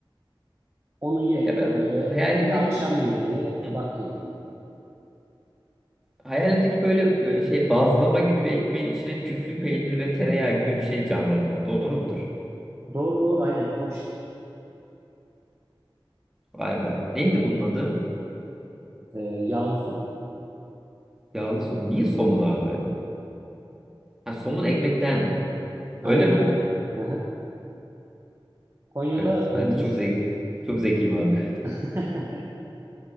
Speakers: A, on the right; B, in the centre.
A: Onu ye
B: Ya ben
A: böyle.
B: hayalimdeki
A: Bir de akşam yemeği ye.
B: Hı.
A: Bak keyfine.
B: Hayalimdeki böyle e, şey bazlama gibi bir ekmeğin içine küflü peynir ve tereyağı gibi bir şey canlanıyor. Doğru mudur?
A: Doğru doğru aynen. O işte.
B: Vay be. Neydi bunun adı?
A: Ee, yağlı somun.
B: Yağlı somun. Niye somun abi? Ha, somun ekmekten.
A: Aynen
B: Öyle mi?
A: aynen. Hı hı. Konya'da
B: Evet. Ben
A: e,
B: de çok
A: biz
B: zeki, çok zekiyim abi.
A: <laughs>